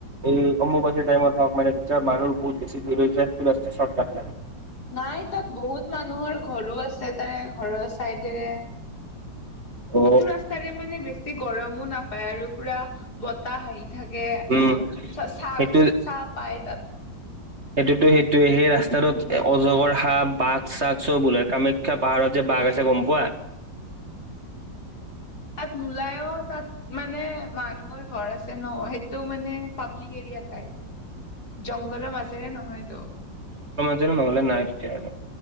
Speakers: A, on the right; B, on the left.
A: এই অম্বুবাচীৰ টাইমত হওঁক মানে যেতিয়া মানুহ বহুত বেছি ভিৰ হৈ যায়, সেইটো ৰাস্তা শৰ্টকাট লাগে।
B: নাই তাত বহুত মানুহৰ ঘৰো আছে তাৰে ঘৰৰ চাইডেৰে সেইটো
A: অ
B: ৰাস্তাৰে মানে বেছি গৰমো নাপায় আৰু পুৰা বতাহ আহি থাকে
A: উম
B: ছা-ছা
A: সেইটো
B: ছাহ পায় তাত।
A: সেইটোতো সেইটোৱে সেই ৰাস্তাটোত অজগৰ সাপ, বাঘ-চাগ চব ওলাই কামাখ্যা পাহাৰত যে। বাঘ আছে গম পোৱা?
B: <inaudible> তাত নোলায় অহ, তাত মানে মানুহৰ ঘৰ আছে ন' সেইটো মানে পা পাব্লিক এৰিয়া টাইপ, জংঘলৰ মাজেৰে নহয়তো।
A: তে' নহ'লে নাই তেতিয়া হ'লে।